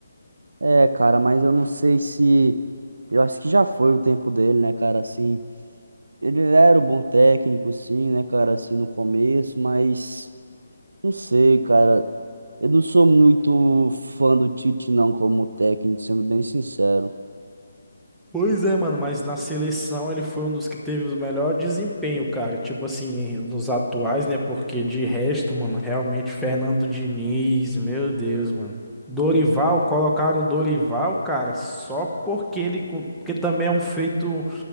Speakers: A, on the right (about 65°); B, in the centre.
A: É, cara, mas eu não sei se. Eu acho que já foi o tempo dele, né, cara? Assim, ele era um bom técnico, sim, né, cara? Assim, no começo, mas. Não sei, cara. Eu não sou muito fã do Tite, não, como técnico, sendo bem sincero.
B: Pois é, mano, mas na seleção ele foi um dos que teve o melhor desempenho, cara. Tipo assim, nos atuais, né? Porque de resto, mano, realmente Fernando Diniz, meu Deus, mano. Dorival, colocaram o Dorival, cara, só porque ele. co- Porque também é um feito,